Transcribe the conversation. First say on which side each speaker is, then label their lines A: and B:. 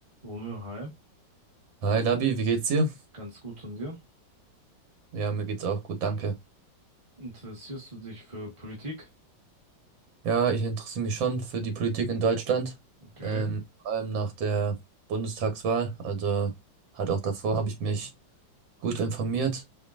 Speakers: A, on the right; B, on the right.
A: Romeo, hi,
B: Hi Labi, wie geht's dir?
A: ganz gut und dir?
B: Ja, mir geht's auch gut, danke.
A: Interessierst du dich für Politik?
B: Ja, ich interessiere mich schon für die Politik in Deutschland,
A: Okay.
B: ähm, vor allem nach der Bundestagswahl. Also halt auch davor habe ich mich gut informiert,